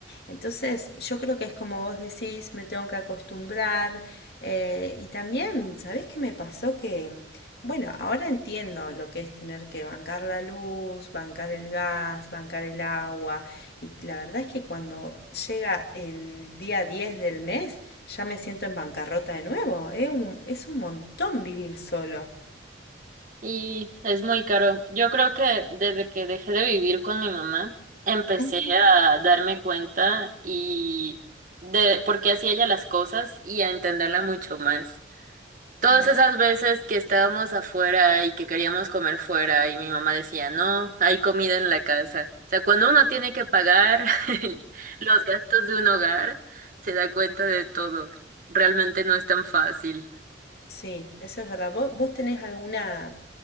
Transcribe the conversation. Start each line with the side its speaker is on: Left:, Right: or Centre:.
Left: Entonces, yo creo que es como vos decís, me tengo que acostumbrar. eh, y también, ¿sabés qué me pasó? Que, bueno, ahora entiendo lo que es tener que bancar la luz, bancar el gas, bancar el agua. Y la verdad es que cuando llega el día 10 del mes, ya me siento en bancarrota de nuevo. Es un, es un montón vivir solo.
Right: Y es muy caro. Yo creo que desde que dejé de vivir con mi mamá, empecé
Left: Ujú,
Right: a darme cuenta y de por qué hacía ella las cosas y a entenderla mucho más. Todas
Left: Sí.
Right: esas veces que estábamos afuera y que queríamos comer fuera y mi mamá decía, no, hay comida en la casa. O sea, cuando uno tiene que pagar <laughs> los gastos de un hogar, se da cuenta de todo. Realmente no es tan fácil.
Left: Sí, eso es verdad. ¿Vos, vos tenés alguna,